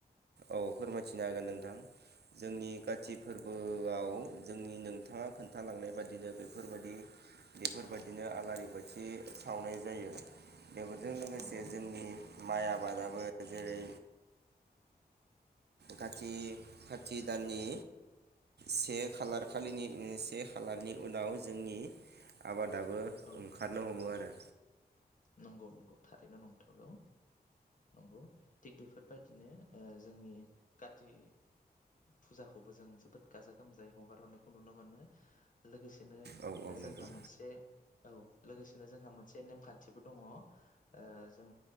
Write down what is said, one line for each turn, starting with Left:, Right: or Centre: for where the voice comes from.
Right: औ फोरमायथिनो हागोन नोंथां जोंनि काति
Left: औ
Right: फोरबोआव जोंनि नों थांङा खोनथालांनाय बायदिनो बेफोरबायदि बेफोरबायदिनो
Left: औ
Right: आलारि बाथि सावनाय जायो बेफोरजों लोगोसे
Left: नंगौ
Right: जोंनि माइ आबादाबो जेरै खाथि दाननि से खालार खालिनि से खालारनि उनाव जोंनि आबाद दाबो
Left: औ
Right: ओंखारनो हमो आरो
Left: नंगौ नंगौ थारैनो नंथारगौ नंगौ थिग बेफोरबायदिनो जोंनि काति फुजाखौबो जों जोबोद गाजा गोमजायै हगार हरनायखौ नुनो मोनो लोगोसे बिदिनो
Right: औ औ
Left: जोंहा
Right: नंगौ
Left: मोनसे औ लोगोसेनो जोंहा मोनसे नेमखा न्थिबो दङ ओ जों